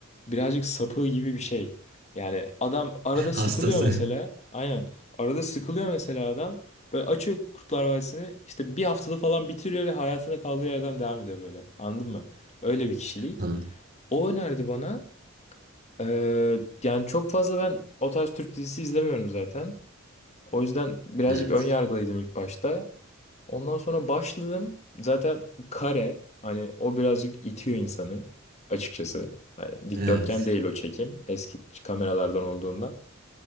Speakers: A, on the left (about 35°); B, on the right (about 45°).
A: birazcık sapığı gibi bir şey. Yani adam arada sıkılıyor
B: <laughs> Hastası.
A: mesela. Aynen. Arada sıkılıyor mesela adam. Böyle açıyor Kurtlar Vadisi'ni. işte bir haftada falan bitiriyor ve hayatına kaldığı yerden devam ediyor böyle. Anladın mı? Öyle bir kişilik.
B: An-
A: O önerdi bana. Ee, yani çok fazla ben o tarz Türk dizisi izlemiyorum zaten. O yüzden birazcık
B: Evet.
A: ön yargılıydım ilk başta. Ondan sonra başladım. Zaten kare hani o birazcık itiyor insanı açıkçası. Yani dikdörtgen
B: Evet.
A: değil o çekim eski kameralardan olduğundan.